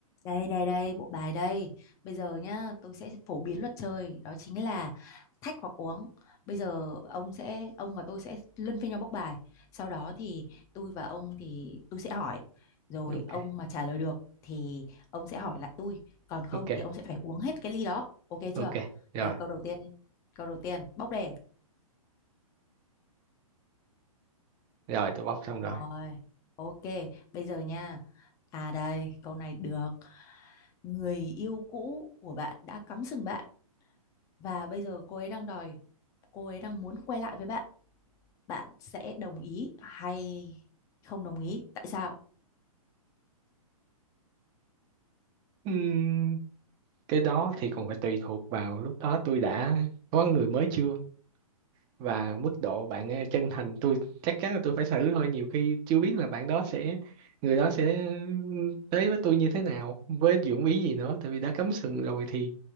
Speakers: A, on the left; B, on the right.
A: Đây đây đây, bộ bài đây. Bây giờ nhá, tôi sẽ phổ biến luật chơi, đó chính là thách hoặc uống. Bây giờ ông sẽ ông và tôi sẽ luân phiên nhau bốc bài. Sau đó thì tôi và ông thì tôi sẽ hỏi. Rồi
B: ok
A: ông mà trả lời được thì ông sẽ hỏi lại tôi, còn không
B: ok
A: thì ông sẽ phải uống hết cái ly đó. Ok
B: ok
A: chưa?
B: rồi
A: Bây giờ câu đầu tiên. Câu đầu tiên, bốc đề.
B: rồi tôi bóc xong rồi
A: Rồi, ok, bây giờ nha. À đây, câu này được. Người yêu cũ của bạn đã cắm sừng bạn và bây giờ cô ấy đang đòi cô ấy đang muốn quay lại với bạn bạn sẽ đồng ý hay không đồng ý tại sao
B: Ừm, cái đó thì còn phải tùy thuộc vào lúc đó tôi đã có người mới chưa và mức độ bạn ấy chân thành tôi chắc chắn là tôi phải xử thôi nhiều khi chưa biết là bạn đó sẽ người đó sẽ tới với tôi như thế nào với dụng ý gì nữa tại vì đã cắm sừng rồi thì